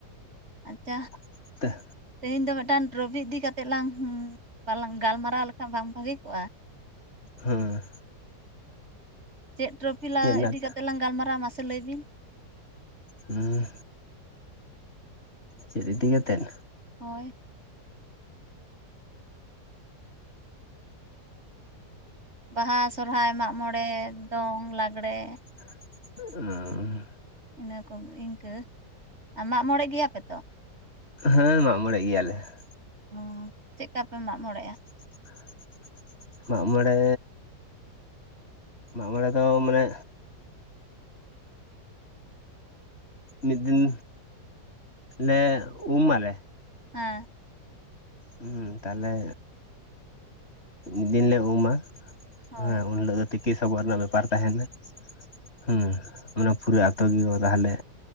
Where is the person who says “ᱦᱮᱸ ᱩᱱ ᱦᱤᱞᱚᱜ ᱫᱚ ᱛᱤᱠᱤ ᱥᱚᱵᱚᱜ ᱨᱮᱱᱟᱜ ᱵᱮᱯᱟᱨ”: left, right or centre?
Left